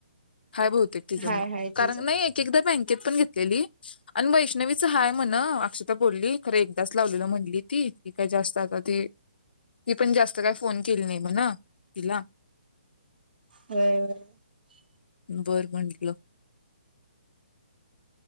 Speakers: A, on the left (about 65°); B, on the right (about 60°).
A: हाय बहुतेक तिचं
B: हाय
A: म
B: हाय
A: कारण
B: तिचं
A: नय एक एकदा बँक ती पण घेतलेली आणि वैष्णवीच हाय म्हण अक्षता बोलली खर एकदाच लावलेलं म्हणली ती की काय जास्त आता ती ती पण जास्त काय फोन केली नाय म्हण तिला
B: <unintelligible>
A: बरं म्हंटलं